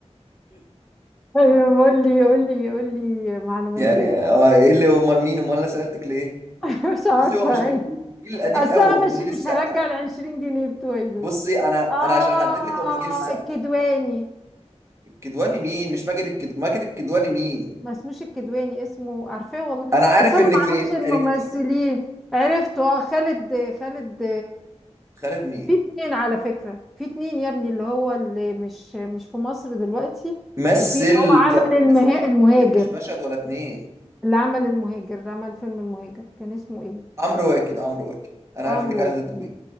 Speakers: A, in the centre; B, on the right (about 25°).
A: ايوه قول لي قول لي قول لي معلومات
B: يعني
A: زياده
B: اه ايه اللي امال مين امال انا سالتك ليه
A: <laughs> مش عارفه
B: بصي هو مش
A: عادي
B: من مش من الجيل القديم
A: اصل
B: قوي
A: انا
B: هو من
A: مش
B: جيل السقا
A: مش هرجع ال 20 جنيه بتوعي دول
B: بصي انا
A: اه
B: انا عشان احدد لك هو من جيل السقا
A: الكدواني
B: الكدواني مين مش ماجد الكد... ماجد الكدواني مين
A: ما اسموش الكدواني اسمه عارفاه والله
B: انا عارف
A: اصل انا
B: انك
A: ما
B: في
A: اعرفش
B: عرفتي
A: الممثلين عرفته اه خالد خالد
B: خالد مين
A: في اتنين على فكرة في اتنين يا ابني اللي هو اللي مش مش في مصر دلوقتي
B: مثل
A: وفي اللي هو عمل
B: ف...
A: المها...
B: مثل كتير
A: المهاجر
B: مش مشهد ولا اتنين
A: اللي عمل المهاجر اللي عمل فيلم المهاجر كان اسمه ايه
B: عمرو واكد عمرو واكد انا
A: عمرو
B: عارف انك عايزه
A: واكد
B: تقولي